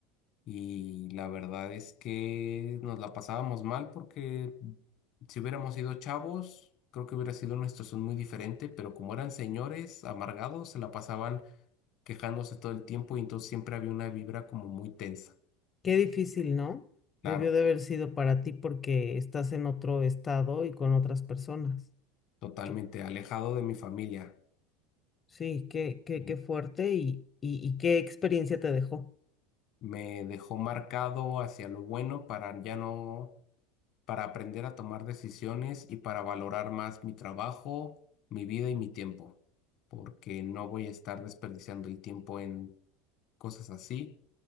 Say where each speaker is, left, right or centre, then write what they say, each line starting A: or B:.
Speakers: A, on the left (about 55°); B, on the left (about 25°).
A: Y la verdad es que nos la pasábamos mal porque si hubiéramos sido chavos, creo que hubiera sido una situación muy diferente, pero como eran señores amargados, se la pasaban quejándose todo el tiempo y entonces siempre había una vibra como muy tensa.
B: qué difícil, ¿no?
A: Claro,
B: Debió de haber sido para ti porque estás en otro estado y con otras personas.
A: totalmente
B: Que-
A: alejado de mi familia.
B: sí, qué, qué,
A: Y
B: qué fuerte y, y, y qué experiencia te dejó.
A: me dejó marcado hacia lo bueno para ya no para aprender a tomar decisiones y para valorar más mi trabajo, mi vida y mi tiempo, porque no voy a estar desperdiciando el tiempo en cosas así,